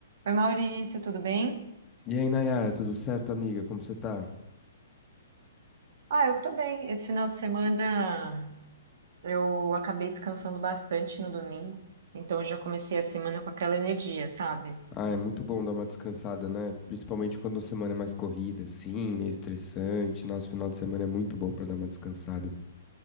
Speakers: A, on the right; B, on the left.
A: Oi, Maurício, tudo bem?
B: E aí, Nayara, tudo certo, amiga? Como você tá?
A: Ah, eu tô bem. Esse final de semana eu acabei descansando bastante no domingo, então eu já comecei a semana com aquela energia, sabe?
B: Ah, é muito bom dar uma descansada, né? Principalmente quando a semana é mais corrida, sim, meio estressante. Nosso final de semana é muito bom pra dar uma descansada.